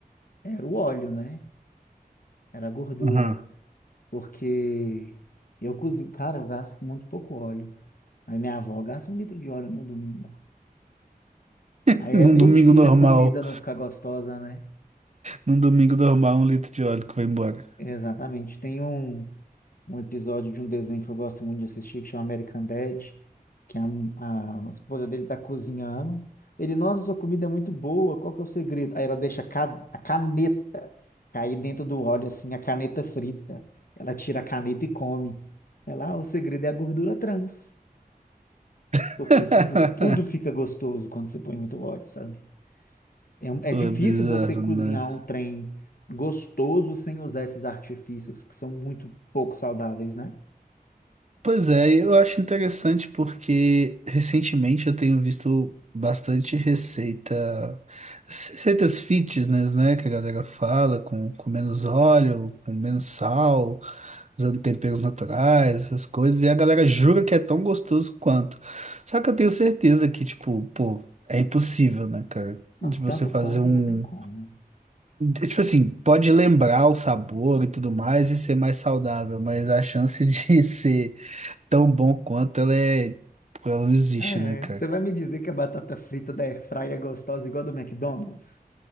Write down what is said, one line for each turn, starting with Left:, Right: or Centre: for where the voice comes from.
Left: Era o óleo, né? Era a gordura.
Right: Aham.
Left: Porque eu cozinho. Cara, eu gasto muito pouco óleo. Mas minha avó gasta um litro de óleo no domingo.
Right: <laughs>
Left: Aí
Right: Num
Left: é meio
Right: domingo
Left: difícil
Right: normal,
Left: a comida não ficar gostosa, né?
Right: num domingo normal, um litro de óleo que vai embora.
Left: Exatamente. Tem um. um episódio de um desenho que eu gosto muito de assistir, que chama American Dad, que a, a esposa dele tá cozinhando. Ele, nossa, sua comida é muito boa, qual que é o segredo? Aí ela deixa a ca- a caneta cair dentro do óleo, assim, a caneta frita. Ela tira a caneta e come. Ela, ah, o segredo é a gordura trans.
Right: <laughs>
Left: Porque, tipo, tudo fica gostoso quando você põe muito óleo, sabe? É, um- é
Right: Pô,
Left: difícil
Right: é bizarro,
Left: você cozinhar
Right: né?
Left: um trem gostoso sem usar esses artifícios que são muito pouco saudáveis, né?
Right: Pois é, eu acho interessante porque recentemente eu tenho visto bastante receita, receitas fitness, né? Que a galera fala com, com menos óleo, com menos sal, usando temperos naturais, essas coisas, e a galera jura que é tão gostoso quanto. Só que eu tenho certeza que, tipo, pô, é impossível, né, cara?
Left: Não,
Right: De você
Left: tanto
Right: fazer
Left: quanto
Right: um.
Left: não tem como.
Right: é Tipo assim, pode lembrar o sabor e tudo mais e ser mais saudável, mas a chance de <laughs> ser tão bom quanto ela é. Pô, Ela não existe,
Left: Ah, é.
Right: né, cara?
Left: Você vai me dizer que a batata frita da Airfry é gostosa igual a do McDonald's?